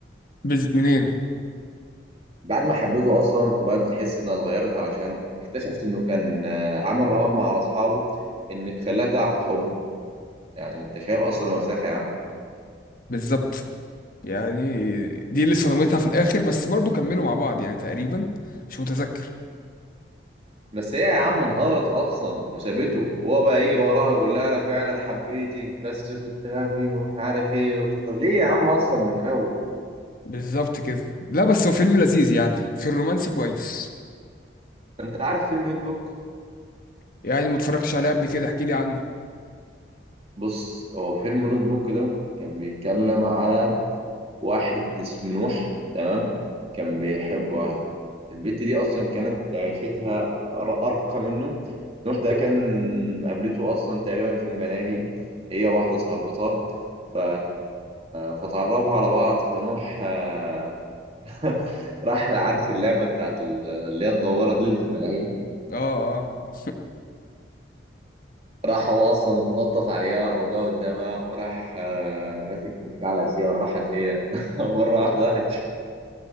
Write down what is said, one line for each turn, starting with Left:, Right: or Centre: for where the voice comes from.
Left: بز... منين
Right: بعد ما حبيته اصلا وبقت بتحس انها اتغيرت علشانه اكتشفت انه كان آه، عامل رهان مع اصحابه ان خلاها تعرف حبه يعني انت شايف اصلا وساخة يا عم
Left: بالظبط يعني دي اللي صدمتها في الاخر بس برضو كملوا مع بعض يعني تقريبا مش متذكر
Right: بس هي يا عم انهارت اصلا وسابته وهو بقى يجري وراها يقول لها انا فعلا حبيتك بس كنت غبي ومش عارف ايه وبتاع. طب ليه يا عم اصلا من الاول
Left: بالظبط كده لا بس هو فيلم لذيذ يعني في الرومانسي كويس
Right: انت عارف فيلم نوت بوك
Left: يعني ما اتفرجتش عليه قبل كده احكي لي عنه
Right: بص هو فيلم نوت بوك ده كان بيتكلم على واحد اسمه نوح تمام كان بيحب واحدة البت دي أصلا كانت عيشتها أر- أرقى منه نوح ده كان قابلته أصلا تقريبا في الملاهي هي واحدة صاحبتها ف... فتعرفوا على بعض فنوح آه، <laughs> راح عارف اللعبة بتاعت ال- اللي هي الدوارة دي اللي في الملاهي
Left: اه اه
Right: راح هو اصلا اتنطط عليها وجا قدامها وراح آه، ماسك متكعلع فيها وراحت هي <laughs> مره واحده راحت